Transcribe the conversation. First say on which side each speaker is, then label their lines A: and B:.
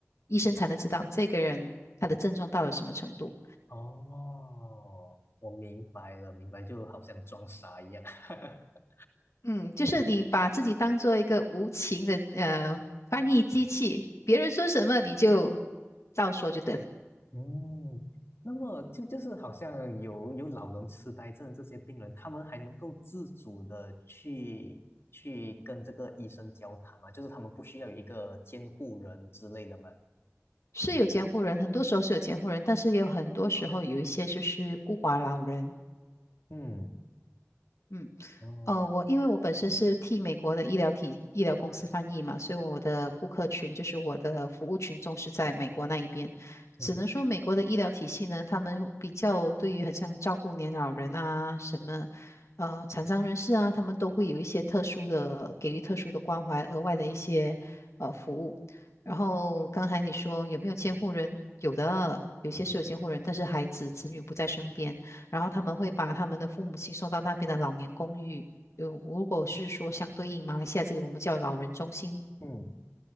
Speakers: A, on the left; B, on the left.
A: 医生才能知道这个人他的症状到了什么程度。
B: 哦，我明白了，明白，就好像装傻一样。<laughs>
A: 嗯，就是你把自己当做一个无情的呃翻译机器，别人说什么你就照说就对了。
B: 嗯，那么就就是好像有有老人痴呆症的这些病人，他们还能够自主的去去跟这个医生交谈嘛？就是他们不需要有一个监护人之类的吗？
A: 是有监护人，很多时候是有监护人，但是也有很多时候有一些就是孤寡老人，
B: 嗯，
A: 嗯。
B: 哦，
A: 哦，我因为我本身是替美国的医疗体医疗公司翻译嘛，所以我的顾客群就是我的服务群众是在美国那一边。
B: 嗯
A: 只能说美国的医疗体系呢，他们比较对于很像照顾年老人啊、什么呃残障人士啊，他们都会有一些特殊的给予特殊的关怀，额外的一些呃服务。然后刚才你说有没有监护人？有的，有些是有监护人，但是孩子子女不在身边。然后他们会把他们的父母亲送到那边的老年公寓，有如果是说相对应马来西亚这里，我们叫老人中心，
B: 嗯，